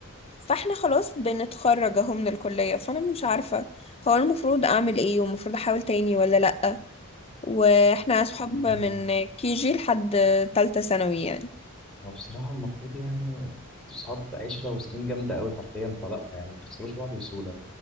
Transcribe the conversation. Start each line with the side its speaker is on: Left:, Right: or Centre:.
Left: فاحنا خلاص بنتخرج اهو من الكلية فانا مش عارفة هو المفروض اعمل ايه ومفروض احاول تاني ولا لأ واحنا صحاب
Centre: مم.
Left: من كي جي لحد تالتة ثانوي يعني
Centre: هو بصراحه المفروض يعني انتوا اصحاب عشره وسنين جامده قوي حرفيا فلا يعني ما تخسروش بعض بسهوله